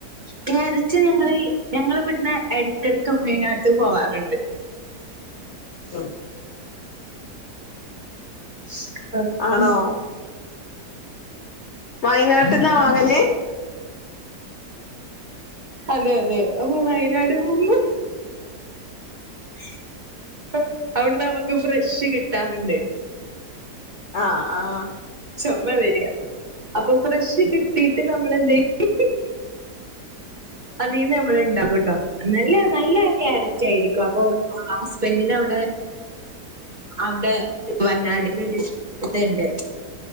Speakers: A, on the right; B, on the left.
A: ക്യാരറ്റ് ഞങ്ങളീ ഞങ്ങള് ഇവട്ന്ന് ഇടക്കെട്ക്ക് <unintelligible> നാട്ട് പോവാറുണ്ട്.
B: ഉം
A: <unintelligible>
B: ആണോ വയനാട്ട്ന്നാ വാങ്ങല്?
A: അതെ അതെ അപ്പൊ വയനാട് പോവുമ്പം <unintelligible> അവിടുന്ന് നമുക്ക് ഫ്രഷ് കിട്ടാറുണ്ട്
B: ആഹ് ആഹ്
A: ചുമ വരികാ അപ്പൊ ഫ്രഷ് കിട്ടീട്ട് നമ്മളെന്തു ചെയ്യും <unintelligible> അതീന്ന് നമ്മൾ ഉണ്ടാക്കും ട്ടോ നല്ല നല്ല ക്യാരറ്റ് ആയിരിക്കും അപ്പൊ ഹസ്ബന്റിന് അവിടെ
B: <inaudible>
A: അവ്ടെ വയനാടില് ഒരു ഇത്ണ്ട്